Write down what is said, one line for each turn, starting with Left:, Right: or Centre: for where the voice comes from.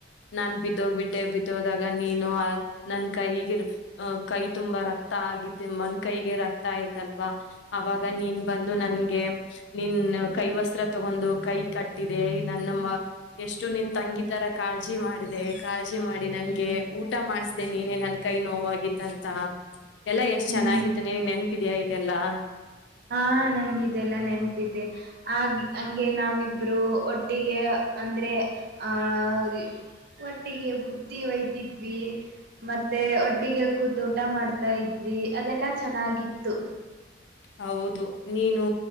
Left: ನಾನ್ ಬಿದ್ದೋಗ್ಬಿಟ್ಟೆ ಬಿದ್ದೋದಾಗ ನೀನು ನನ್ ಕೈಗಿರ್ <unintelligible> ಅಹ ಕೈ ತುಂಬಾ ರಕ್ತ ಆಗಿದೆ ಮನ್ ಕೈಗೆ ರಕ್ತ ಆಯ್ತಲ್ವಾ ಅವಾಗ ನೀನ್ ಬಂದು ನನ್ಗೆ ನಿನ್ ಕೈ ವಸ್ತ್ರ ತಗೊಂಡು ಕೈ ಕಟ್ಟಿದೆ ನನ್ನ <unintelligible> ಅಷ್ಟು ನಿನ್ ತಂಗಿ ತರ ಕಾಳಜಿ ಮಾಡಿದೆ ಕಾಳಜಿ ಮಾಡಿ ನನ್ಗೆ ಊಟ ಮಾಡಿಸಿದೆ ನೀನೆ ನನ್ನ ಕೈ <unintelligible> ನೋತ್ತಂತ ಎಲ್ಲಾ ಎಷ್ಟ್
Right: ಹ್ಮ್
Left: ಚೆನ್ನಾಗಿತ್ತು ನಿನಗ್ ನೆನಪಿದಯ ಇದೆಲ್ಲಾ <unintelligible>
Right: ಹಾ ನಂಗ ಇದೆಲ್ಲ ನೆನಪಿದ್ದೆ ಆ ಹಂಗೆ ನಾವಿಬ್ರು ಒಟ್ಟಿಗೆ <unintelligible> ಅಂದ್ರೆ ಆ <unintelligible> ಒಟ್ಟಿಗೆ ಬುತ್ತಿ ಒಯ್ದಿದ್ವಿ ಮತ್ತೆ ಒಟ್ಟಿಗೆ ಕೂತ ಟ ಮಾಡ್ತಾ ಇದ್ವಿ <unintelligible> ಅದೆಲ್ಲಾ ಚೆನ್ನಾಗಿತ್ತು <unintelligible>
Left: ಹೌದು ನೀನು